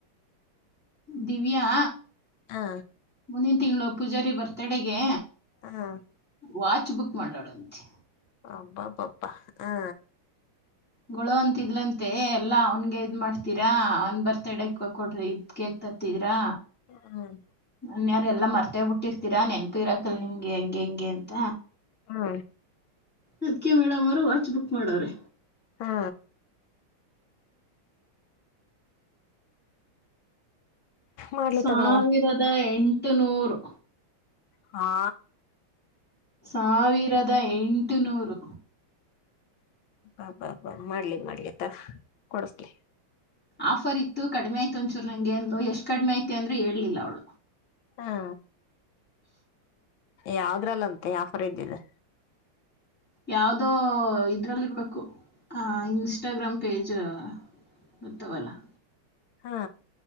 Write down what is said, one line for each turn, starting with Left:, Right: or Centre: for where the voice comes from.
Centre: ದಿವ್ಯಾ
Left: ಹಾ
Centre: ಮುಂದಿನ ತಿಂಗಳು ಪೂಜಾರಿ ಬರ್ತಡಗೆ
Left: ಹಾ
Centre: ವಾಚ್ ಬುಕ್ ಮಾಡ್ವಲಂತೆ
Left: ಅಬ್ಬಾಬ್ಬಾ ಅಬ್ಬಾ ಹಾ
Centre: ಗೋಳೋ ಅಂತಿದ್ದಲಂತೆ ಎಲ್ಲಾ ಅವನ್ಗೆ ಇದ್ ಮಾಡ್ತೀರಾ ಅವನ್ ಬರ್ತಡ ಕೊಡ್ರಿ ಇದ್ ಕೆ ತತ್ತಿದೀರಾ
Left: ಹ್ಮ್
Centre: ಅನ್ಯ್ರ ಎಲ್ಲಾ ಮರ್ತೇ ಬಿಟ್ಟಿರ್ತೀರಾ ನೆನಪು ಇರಾಕಲ್ ನಿಮ್ಗೆ ಹೆಂಗೆ ಹೆಂಗೆ ಅಂತ
Left: ಹಾ
Centre: ಅದಕ್ಕೆ ಮೇಡಮ್ ಅವರು ವಾಚ್ ಬುಕ್ ಮಾಡವ್ರೆ
Left: ಹಾ ಮಾಡ್ಲಿ
Centre: ಸಾವಿರದ
Left: ತಗೊಳವ
Centre: ಎಂಟು ನೂರು
Left: ಹಾ
Centre: ಸಾವಿರದ ಎಂಟು ನೂರು
Left: ಅಬ್ಬಾಬ್ಬಾಬ್ಬಾ ಮಾಡ್ಲಿ ಮಾಡ್ಲಿ ತ ಕೊಡಸ್ಲಿ
Centre: ಆಫರ್ ಇತ್ತು ಕಡಿಮೆ ಆಯ್ತು ಒಂಚೂರು ನಂಗೆ ಅಂದ್ಲು ಎಷ್ಟು ಕಡಿಮೆ ಆಯ್ತೆ ಅಂದ್ರೆ ಹೇಳಲಿಲ್ಲ ಅವ್ಳು
Left: ಹಾ ಯಾವದ್ರಲ್ಲಂತೆ ಆಫರ್ ಇದ್ದಿದು
Centre: ಯಾವದೋ ಇದ್ರಲ್ಲಿ ಇರ್ಬೇಕು ಆ ಇನ್ಸ್ಟಾಗ್ರಾಮ್ ಪೇಜ್ <inaudible>
Left: ಹಾ